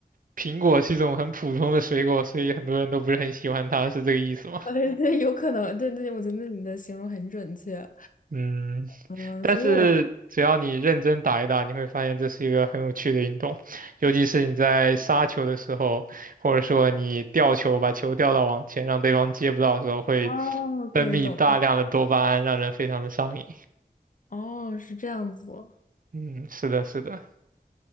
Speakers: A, on the right (about 55°); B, on the left (about 55°).
A: 苹果是一种很普通的水果，所以很多人都不是很喜欢它，是这个意思吗？
B: <laughs> 对对，有可能，对对，我觉得你的形容很准确，
A: 嗯，
B: 嗯，
A: 但是只要你认真打一打，
B: 所以我，
A: 你会发现这是一个很有趣的运动，尤其是你在杀球的时候，或者说你吊球把球吊到网前，让对方接不到的时候，会
B: 哦，OK，
A: 分泌大量的多巴胺，
B: 懂了，
A: 让人非常的上瘾。
B: 哦，是这样子，哦，
A: 嗯，是的，是的。